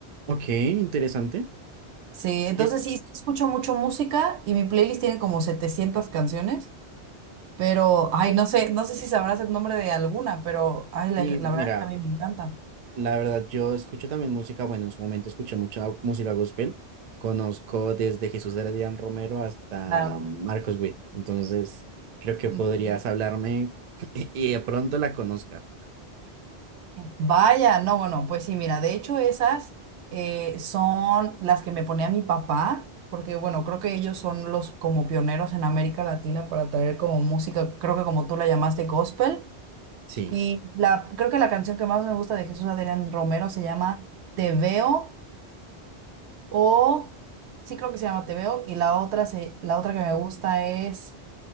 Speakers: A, on the right; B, on the right.
A: Ok, interesante.
B: Sí, entonces
A: Que
B: sí, sí escucho mucho música y mi playlist tiene como 700 canciones, pero, ay, no sé, no sé si sabrás el nombre de alguna, pero, ay,
A: sí,
B: la, la verdad
A: mira.
B: es que a mí me encanta.
A: La verdad, yo escucho también música, bueno, en su momento escuché mucha música gospel. Conozco desde Jesús Heredián Romero hasta
B: Claro.
A: Marcos Witt. Entonces, creo que
B: Ujú.
A: podrías hablarme <laughs> y de pronto la conozca.
B: Vaya, no, bueno, pues sí, mira, de hecho esas eh, son las que me ponía mi papá, porque bueno, creo que ellos son los como pioneros en América Latina para traer como música, creo que como tú la llamaste gospel,
A: Sí.
B: y la, creo que la canción que más me gusta de Jesús Adrián Romero se llama Te Veo, o sí creo que se llama Te Veo, y la otra, se, la otra que me gusta es